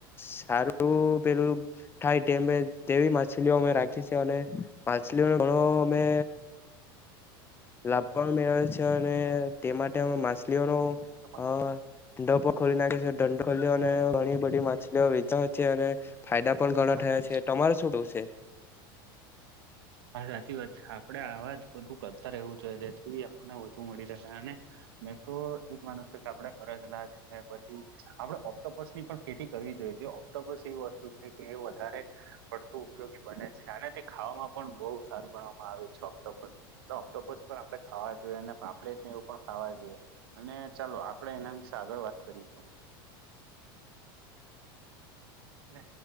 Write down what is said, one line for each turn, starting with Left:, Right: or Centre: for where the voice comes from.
Left: સારુ પેલું થાય તેમ તેવી માછલીઓ અમે રાખી છે, અને માછલીઓ ઘણો મે લાભ પણ મેળે છે, અને તે માટે અ માછલી માલીઓ ન
Right: હા
Left: અ ડપ ખોલી નાખે છેં, <unintelligible> ખોલીઓ અને ઘણી બધી માછલીઓ <unintelligible>
Right: <unintelligible>
Left: ઘણા થયા છે તમારે શું કેવું છે?
Right: આપડે આવાજ બધું કરતા રહેવુ, જોઈએ જેથી આપને મળી રહે અને, મેટ્રો એજ માણસ આપડ કરજલા છે, પછી આપડ ઓપો ઓસની પણ ખેતી કરવી જોઈએ ઓપ્ટોપસ એવી વસ્તુ છે. કે એ વધારે પડતું ઉપયોગી બને છે, અને તે ખાવામાં પણ બહુ સારું ગણવામાં આવે છે. ટોપ ટોપસ પણ આપડે ખાવા જોઈએ અને પાપલેટ એ પણ ખાવા જોઈએ અને, ચાલો આપડે એના વિશે આગળ વાત કરીશું લે